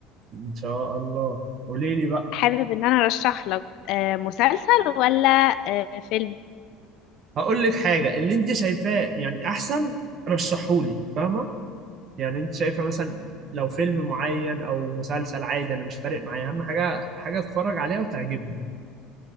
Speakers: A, on the right; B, on the left.
A: ان شاء الله قولي لي بقى
B: حابب ان انا ارشح لك آه، مسلسل ولا آه، فيلم
A: هقول لك حاجه اللي انت شايفاه يعني احسن رشحولي فاهمه يعني انت شايفه مثلا لو فيلم معين او مسلسل عادي انا مش فارق معايا اهم حاجه حاجه اتفرج عليها وتعجبني